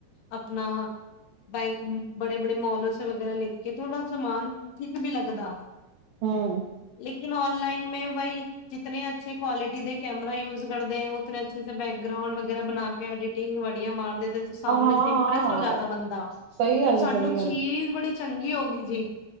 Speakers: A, on the left; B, on the right.
A: ਆਪਣਾ ਬੈਂ ਬੜੇ-ਬੜੇ ਮੋਲੋ ਵਗੈਰਾ ਲੈਖ ਕੇ ਥੋੜਾ ਸਮਾਨ ਠੀਕ ਵੀ ਲਗਦਾ।
B: ਹਮ
A: ਲੇਕਿਨ ਔਨਲਾਈਨ ਮੈਂ ਬਈ ਜਿਤਨੇ ਅੱਛੇ ਕੁਆਲਿਟੀ ਦੇ ਕੈਮਰਾ ਯੂਜ ਕਰਦੇ ਉਤਨੇਂ ਅੱਛੇ ਸੇ ਬੈਕਗਰਾਉਂਡ ਵਗੈਰਾ ਬਣਾ ਕੇ ਐਡੀਿਟਿੰਗ ਵਧੀਆ ਮਾਰਦੇ। ਸਾਹਮਣੇ
B: ਹਾਂ
A: ਤੇ ਇੰਪ੍ਰੈਸਡ
B: ਹਾਂ
A: ਹੋ ਜਾਂਦਾ ਬੰਦਾ
B: ਸਹੀ
A: ਯੇ
B: ਗੱਲ
A: ਸਾਨੂੰ
B: ਹੈ ਸਹੀ
A: ਚੀਜ਼
B: ਗੱਲ
A: ਬੜੀ ਚੰਗੀ ਹੋ ਗਈ ਜੀ।